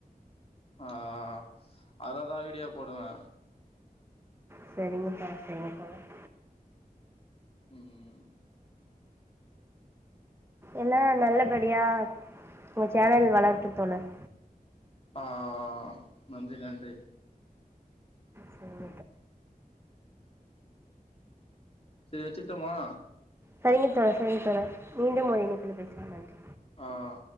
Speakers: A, on the left; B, on the right.
A: ஆ ஆ அதா இதா வீடியோ போடுவே
B: செரிங்க தோழர் செரிங்க தோழர்
A: ம்
B: எல்லா நல்லபடியா உங்க சேனல் வளரட்டு தோழர்
A: ஆ ஆ ஆ நன்றி நன்றி
B: சரிங்க
A: செரி வச்ட்டுமா
B: செரிங்க தோழர் செரிங்க தோழர் மீண்டு ஒரு இணைப்பில் பேசலா நன்றி
A: ஆ